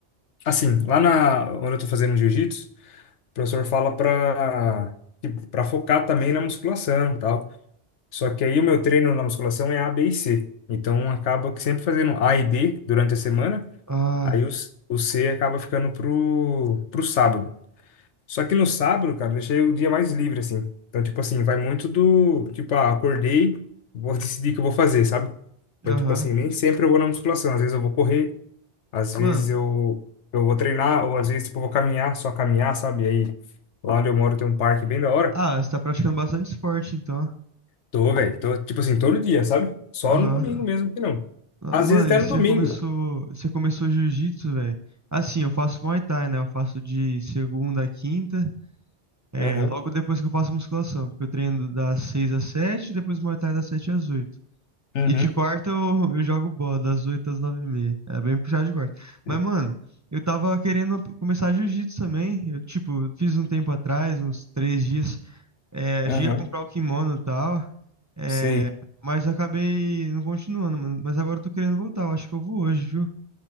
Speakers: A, on the left; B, on the right.
A: Assim, lá na, onde eu tô fazendo jiu-jitsu, O professor fala para para focar também na musculação, e tal. Só que aí o meu treino na musculação é A, B e C. Então acaba que sempre fazendo A e B durante a semana,
B: Ah,
A: aí o, C- o C acaba ficando pro pro sábado. Só que no sábado, cara, eu deixei o dia mais livre assim. Então tipo assim, vai muito do, tipo, ah, acordei, vou decidir o que eu vou fazer, sabe? Então,
B: aham.
A: tipo assim, nem sempre eu vou na musculação. Às vezes eu vou correr, às vezes
B: Mano,
A: eu, eu vou treinar, ou às vezes, tipo, eu vou caminhar, só caminhar, sabe? E aí, lá onde eu moro tem um parque bem da hora.
B: ah, você tá praticando bastante esporte, então.
A: Tô, velho, tô, tipo assim, todo dia, sabe? Só
B: Aham.
A: no domingo mesmo que não.
B: Ah,
A: Às
B: Mano,
A: vezes até
B: e
A: no
B: você
A: domingo.
B: começou, você começou jiu-jitsu, velho? Assim, eu faço Muay Thai, né? Eu faço de segunda a quinta, é,
A: Aham,
B: logo depois que eu faço musculação, porque eu treino das seis às sete, depois Muay Thai das sete às oito.
A: uhum,
B: E de quarta eu, eu jogo bola, das 8 às 9 e meia. É bem puxado de quarta.
A: Sei.
B: Mas, mano, eu tava querendo começar jiu-jitsu também. Eu, tipo, fiz um tempo atrás, uns três dias. É,
A: aham,
B: cheguei a comprar o kimono e tal. É,
A: sei.
B: mas acabei não continuando, mano. Mas agora eu tô querendo voltar. Eu acho que eu vou hoje, viu?